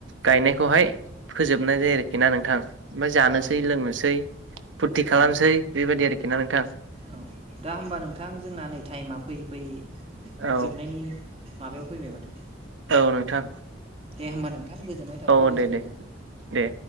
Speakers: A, on the right (about 85°); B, on the right (about 30°).
A: गायनायखौहाय फोजोबनाय जायो आरोखि ना नोंथां ओमफ्राय जानोसै
B: औ
A: लोंनोसै फुरथि खालामसै
B: औ
A: बेबायदि आरोखि ना नोंथां
B: औ दा होमबा नोंथां जोंना नै टाइमा फैयै फैयै
A: औ
B: जोबनायनि <inaudible> माबायाव फैबाय माथो <inaudible>
A: औ नोंथां
B: दे होमबा <inaudible> थाबाय
A: औ
B: रोजा
A: दे दे
B: रोजा
A: दे